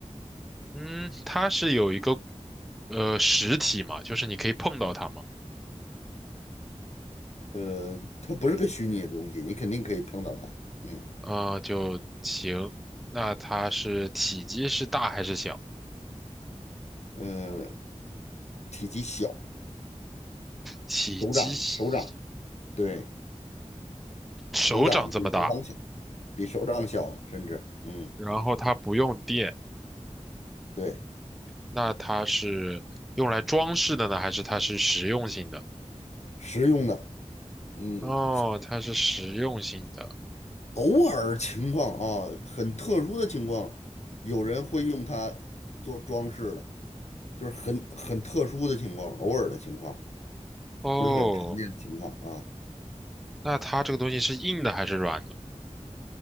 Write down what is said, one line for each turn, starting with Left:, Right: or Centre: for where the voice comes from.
Centre: 嗯，它是有一个呃实体嘛，就是你可以碰到它嘛，
Left: 呃，它不是个虚拟的东西，你肯定可以碰到它。嗯。
Centre: 啊、就行。那它是体积是大还是小？
Left: 呃体积小，
Centre: 体积
Left: 手掌手掌对，
Centre: 手掌这么大，
Left: 手掌比手掌小，比手掌小，甚至嗯，
Centre: 然后它不用电，
Left: 对，
Centre: 那它是用来装饰的呢，还是它是实用性的？
Left: 实用的，嗯，
Centre: 哦，它是实用性的。
Left: 偶尔情况啊，很特殊的情况，有人会用它做装饰的，就是很很特殊的情况，偶尔的情况，
Centre: 哦，
Left: 不是很常见的情况啊。
Centre: 那它这个东西是硬的还是软的？